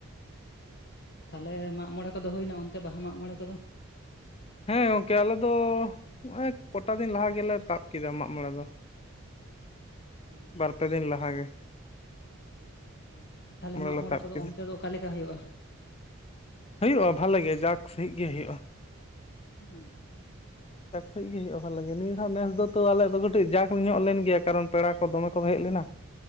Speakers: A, on the left; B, on the left.
A: ᱛᱟᱦᱞᱮ ᱢᱟᱜ ᱢᱚᱲᱮ ᱠᱚᱫᱚ ᱦᱩᱭᱱᱟ ᱚᱱᱛᱮ ᱵᱟᱦᱟ ᱢᱟᱜ ᱢᱚᱲᱮ ᱠᱚᱫᱚ᱾
B: ᱦᱮᱸ ᱜᱚᱝᱠᱮ ᱟᱞᱮ ᱫᱚ ᱱᱚᱜᱼᱚᱭ ᱠᱚᱴᱟ ᱫᱤᱱ ᱞᱟᱦᱟ ᱜᱮᱞᱮ ᱛᱟᱵ ᱠᱮᱫᱟ ᱢᱟᱜ ᱢᱚᱬᱮ ᱫᱚ᱾
A: ᱚ
B: ᱵᱟᱨᱯᱮ ᱫᱤᱱ ᱞᱟᱦᱟ ᱜᱮ᱾
A: ᱟᱪᱪᱷᱟ ᱛᱟᱦᱞᱮ ᱢᱟᱜ
B: ᱞᱮ
A: ᱢᱚᱬᱮ
B: ᱛᱟᱵ
A: ᱠᱚᱫᱚ
B: ᱠᱮᱫᱟ
A: ᱚᱱᱛᱮ ᱫᱚ ᱚᱠᱟᱞᱮᱠᱟ ᱦᱩᱭᱩᱜᱼᱟ᱾
B: ᱦᱩᱭᱩᱜᱼᱟ ᱵᱷᱟᱞᱮ ᱜᱮ ᱡᱟᱠ ᱥᱟᱹᱦᱤᱡ ᱜᱮ ᱦᱩᱭᱩᱜᱼᱟ᱾
A: <unintelligible>
B: ᱡᱟᱠ ᱥᱟᱹᱦᱤᱡ ᱜᱮ ᱦᱩᱭᱩᱜᱼᱟ ᱵᱷᱟᱞᱮ ᱜᱮ ᱱᱤᱭᱟᱹ ᱫᱷᱟᱣ ᱱᱮᱥ ᱫᱚ ᱛᱟᱹᱣ ᱟᱞᱮᱭᱟᱜ ᱫᱚ ᱠᱟᱹᱴᱤᱡ ᱡᱟᱠ ᱧᱚᱜ ᱞᱮᱱ ᱜᱮᱭᱟ ᱠᱟᱨᱚᱱ ᱯᱮᱲᱟ᱾ ᱠᱚ ᱫᱚᱢᱮ ᱠᱚ ᱦᱮᱡ ᱞᱮᱱᱟ